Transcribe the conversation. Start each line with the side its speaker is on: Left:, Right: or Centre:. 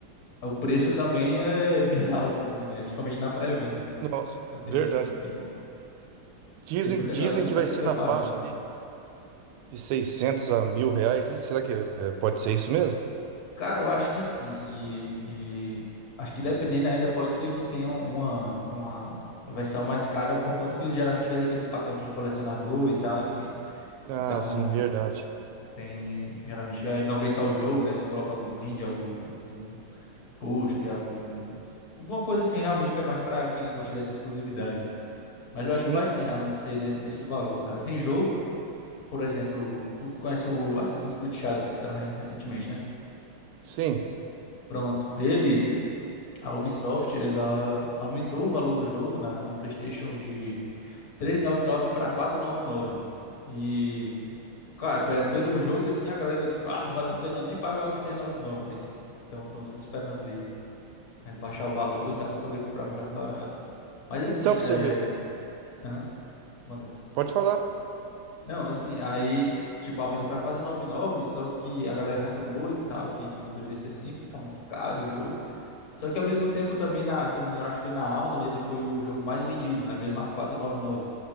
Left: o preço também é <laughs> bem alto, assim, né? Principalmente na pré-venda.
Right: nossa,
Left: Então tem,
Right: verdade.
Left: tem, mu-
Right: Dizem,
Left: tem muita
Right: dizem
Left: galera que
Right: que
Left: está
Right: vai
Left: se
Right: ser
Left: preparando.
Right: na faixa ali de, de 600 a mil reais. E será que eh, pode ser isso mesmo?
Left: Cara, eu acho que sim. E, e acho que dependendo ainda pode ser que tenha uma, uma versão mais cara por conta que eles geralmente fazem aqueles pacotes de colecionador e tal, enfim.
Right: Ah,
Left: Então
Right: sim, verdade.
Left: tem geralmente eh, não vem só o jogo, né? Eles colocam algum brinde, algum, algum pôster, algum alguma coisa assim realmente que é mais pra quem gosta dessa exclusividade. Mas
Right: Sim,
Left: eu acho que vai sim realmente ser ne- nesse valor, cara. Tem jogo, por exemplo, tu conhece o Assassin's Creed Shadows que saiu re- recentemente, né?
Right: sim.
Left: Pronto. Ele a Ubisoft ela aumentou o valor do jogo na, na PlayStation de 399 para quatrocentos e noventa e nove né? E cara, pe- pelo jogo assim, a galera tipo, ah, não vale a pena nem pagar os trezentos e noventa e nove tem que então estão tudo esperando ali é, baixar o valor e tal para poder comprar mais barato. Mas assim,
Right: Então, pra
Left: é,
Right: você ver,
Left: aham, manda.
Right: pode falar.
Left: Não, assim, aí, tipo, aumentou pra quatrocentos e noventa e nove, só que a galera reclamou e tal, que não deveria ser assim, porque tá muito caro o jogo. Só que ao mesmo tempo também, na, se eu não me engano, acho que foi na Amazon, ele foi o jogo mais vendido, né? Mesmo a quatrocentos e noventa e nove